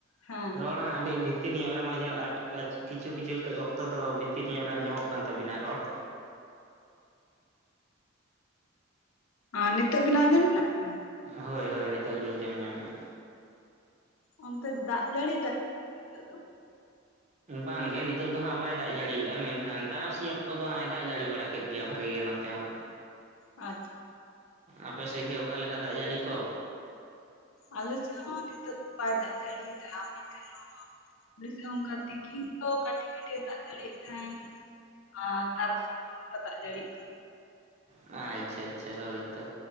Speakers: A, on the left; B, on the right.
A: ᱦᱮᱸ
B: ᱨᱚᱲ ᱚᱱᱟᱦᱟᱜ ᱟᱹᱰᱤ ᱵᱷᱤᱛᱤᱨ ᱧᱚᱜ ᱨᱮᱢ ᱟᱸᱡᱚᱢ ᱠᱤᱪᱷᱩ-ᱠᱤᱪᱷᱩ ᱚᱠᱛᱚ ᱫᱚ ᱵᱷᱤᱛᱤᱨ ᱧᱚᱜ ᱨᱮ ᱟᱸᱡᱚᱢᱚᱜ ᱠᱟᱱ ᱛᱟᱵᱤᱱᱟ ᱨᱚᱲ।
A: ᱚ ᱱᱤᱛᱚᱜ ᱵᱤᱱ ᱟᱸᱡᱚᱢ ᱧᱟᱢ ᱫᱟ
B: ᱦᱳᱭ ᱦᱳᱭ ᱱᱤᱛᱚᱜ ᱞᱤᱧ ᱟᱸᱡᱚᱢ ᱧᱟᱢᱮᱜᱼᱟ।
A: ᱚᱱᱛᱮ ᱫᱟᱜ ᱡᱟᱹᱲᱤ ᱫᱟᱭ? ᱱᱤᱛᱚᱜ ᱫᱚ?
B: ᱵᱟᱝᱜᱮ ᱱᱤᱛᱚᱜ ᱫᱚ ᱦᱟᱸᱜ ᱵᱟᱭ ᱫᱟᱜ ᱡᱟᱹᱲᱤᱭᱟᱜᱼᱟ ᱢᱮᱱᱠᱷᱟᱱ ᱛᱟᱨᱟᱥᱤ ᱚᱠᱛᱚ ᱫᱚ ᱦᱟᱸᱜ ᱮ ᱫᱟᱜ ᱡᱟᱹᱲᱤ ᱵᱟᱲᱟ ᱠᱮᱫ ᱜᱮᱭᱟ ᱵᱷᱟᱜᱮ ᱜᱮ ᱱᱚᱛᱮ ᱦᱚᱸ
A: ᱟᱪᱷᱟ
B: ᱟᱯᱮᱥᱮᱫ ᱜᱮ ᱚᱠᱟᱞᱮᱠᱟ ᱫᱟᱜ ᱡᱟᱹᱲᱤ ᱠᱚ?
A: ᱟᱞᱮ ᱥᱮᱫ ᱦᱚᱸ ᱱᱤᱛᱚᱜ ᱫᱚ ᱵᱟᱭ ᱫᱟᱜ ᱡᱟᱹᱲᱤᱭᱮᱫᱟ ᱢᱮᱱᱠᱷᱟᱱ ᱮ ᱚᱱᱠᱟ ᱛᱤᱠᱤᱱ ᱫᱚ ᱠᱟᱹᱴᱤᱡ- ᱠᱟᱹᱴᱤᱡ ᱮ ᱫᱟᱜ ᱡᱟᱲᱤᱭᱮᱫ ᱛᱟᱦᱮᱸᱱ ᱟᱨ ᱛᱟᱨᱟᱥᱤᱧ ᱦᱚᱸ ᱫᱟᱜ ᱡᱟᱹᱲᱤᱟᱜ ᱛᱟᱦᱮᱸ
B: ᱟᱪᱷᱟ-ᱟᱪᱷᱟ ᱦᱳᱭ ᱛᱚ